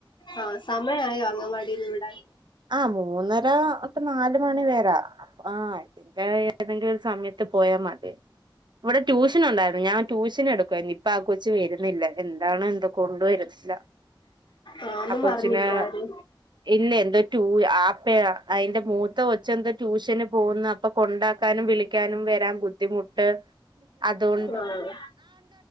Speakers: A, on the left (about 65°); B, on the right (about 60°).
A: ആഹ് സമയ ആയോ അങ്കൻവാടിന്ന് വിടാൻ.
B: ആ മൂന്നര ഒട്ട് നാല് മണി വരാ. ആഹ് പിന്നെ ഏതെങ്കിലും ഒരു സമയത്ത് പോയാ മതി. ഇവിടെ ട്യൂഷൻ ഉണ്ടായിരുന്നു, ഞാൻ ട്യൂഷൻ എടുക്കുവായിരുന്നു ഇപ്പൊ ആ കൊച്ച് വരുന്നില്ല. എന്താണ് എന്തോ കൊണ്ടുവരുന്നില്ല.
A: ആഹ് ഒന്നും
B: ആ കൊച്ചിന്
A: പറഞ്ഞില്ലേ അവര്
B: ഇല്ല എന്ത് <unintelligible> അയിന്റെ മൂത്ത കൊച്ച് എന്താ ട്യൂഷന് പോകുന്നു അപ്പൊ കൊണ്ടാക്കാനും വിളി ക്കാനും വരാൻ ബുദ്ധിമുട്ട് അതൊണ്ട്,
A: ആഹ്